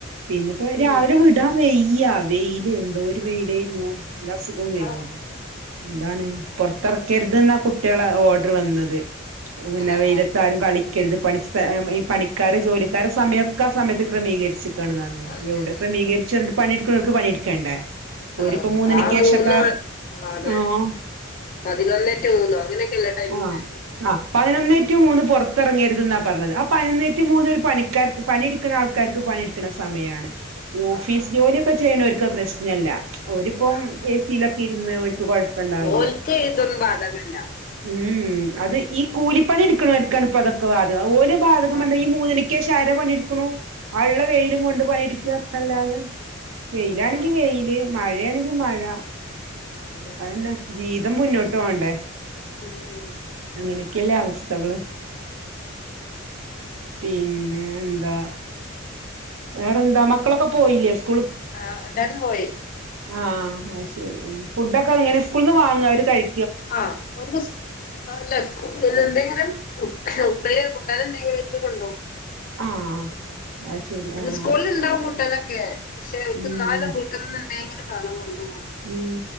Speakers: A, on the right; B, on the left.
A: പിന്നിപ്പോ രാവിലെ
B: ഉം
A: വിടാൻ വെയ് ഈ അവേയില് എന്തോരു വെയിലായിരുന്നു വല്ലാസുഖം വരൂലേ
B: ആ
A: ന്താണ് പൊറത്തെറക്കരുതുന്നാ കുട്ടികളെ ഓർഡർ വന്നത് പിന്നെ
B: ആ ആ
A: വെയിലത്താരും കളി ക്കരുത് പണിസ്ഥ ഈ പണിക്കാരെ ജോലിക്കാരെ സമയൊക്കെ ആ സമയത്ത് ക്രമീകരിച്ചു കാണ്ന്നാന്ന്
B: അതെ അതെ
A: എവിടെ ക്രമീകരിച്ചു എന്ന്ട്ട് പണിയെടുക്കുണോർക്ക് പണിയെടുക്കേണ്ടേ ഓരിപ്പം
B: ആണോ
A: മൂന്നണിക്കേഷൊക്കെ
B: ആ മൂന്ന് വ- ആ അതെ
A: ആആ
B: പതിനൊന്നേ ടു മൂന്നോ അങ്ങനെയൊക്കെയല്ലേ ടൈം
A: ആ
B: ഉണ്ടായിരുന്നെ
A: ആ പതിനൊന്നേ റ്റൂ മൂന്ന് പൊറത്തെറങ്ങരുതൂന്നാ പറഞ്ഞത് ആ പതിനൊന്നേറ്റൂ മൂന്ന് ഒരു പണിക്കാർക്ക് പണിയെടുക്കണ ആൾക്കാർക്ക് പ പണിയെടുക്കണ സമയാണ് ഈ
B: ആ
A: ഓഫീസ്
B: ആ
A: ജോലിയൊക്കെ ചെയ്യണവര്ക്ക് പ്രശ്നല്ല ഓരിപ്പം
B: ഇല്ല
A: ഏസിലൊക്കെ ഇരുന്ന് കൊഴപ്പണ്ടാവില്ല്യാ
B: ഓൽക്ക് ഇതൊന്നും ബാധകല്ല
A: ഊം അത് ഈ കൂലിപ്പണി എടുക്കണവര്ക്കാണ് ഇപ്പൊ അതൊക്കെ ബാധകം ഓല് ബാധകംപർഞ്ഞാ
B: ആ ആ
A: ഈ മൂന്നരക്കേഷ ജാരാ പണിയെടുക്കുണു ഒള്ള വെയിലും കൊണ്ട് പണിയെടുക്കാന്നല്ലാതെ വെയിലാണെങ്കി
B: ആ
A: വെയില് മഴയാണെങ്കി മഴ
B: ആ, അതെ
A: അതന്നെ ജീവിതം മുന്നോട്ട് പോണ്ടേ
B: ഉം ഉം
A: അങ്ങനെ ലെ അവസ്ഥകള് പിന്നെ ന്താ വേറെന്താ മക്കളൊക്കെ പോയില്ലേ സ്
B: ആഹ് എല്ലാരും പോയി
A: ആഹ് ശെരി ഫുഡൊക്കെങ്ങനെ സ്കൂൾന്ന് വാങ്ങാ അവര് കഴി
B: ആ ഒരുദുസ് ല്ല സ്കു ഇല്ലെന്തെങ്കിലും ഉപ് ഉപ്പേരി കൂട്ടാനെന്തെങ്കിലുംഇട്ട് കൊണ്ടോവും
A: ആഹ് അത് ശരി ആഹ്
B: സ്കൂളില്ണ്ടാവും കൂട്ടാനൊക്കെ പക്ഷെ ഇവര്ക്ക്ന്നാലും
A: ഉം
B: വീട്ട്ന്നെന്തേങ്കിലും വേണം കൊണ്ടോവാൻ
A: ഉം